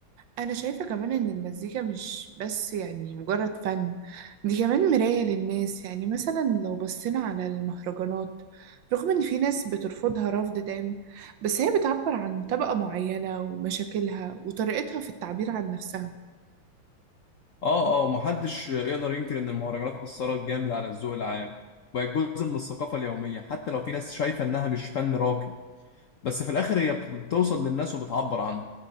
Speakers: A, on the right; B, on the left.
A: أنا شايفة كمان إن المزيكا مش بس يعني مجرد فن دي كمان مراية للناس يعني مثلا لو بصينا على المهرجانات رغم إن في ناس بترفضها رفض تام بس هي بتعبر عن طبقة معينة ومشاكلها وطريقتها في التعبير عن نفسها
B: اه اه ومحدش يقدر ينكر إن المهرجانات أثرت جامد على الذوق العام بقت جزء من الثقافة اليومية حتى لو في ناس شايفة إنها مش فن راقي بس في الآخر هي بت- بتوصل للناس وبتعبر عنه